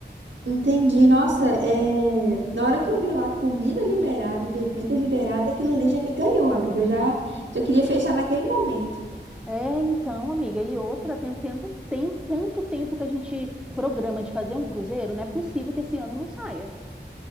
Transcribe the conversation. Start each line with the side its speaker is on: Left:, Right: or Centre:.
Right: Entendi, nossa, é... na hora que eu vi lá comida liberada e bebida liberada, aquilo ali já me ganhou, amiga. Eu já já queria fechar naquele momento.
Centre: É, então, amiga, e outra, tem, tanto tem tanto tempo que a gente programa de fazer um cruzeiro, não é possível que esse ano não saia.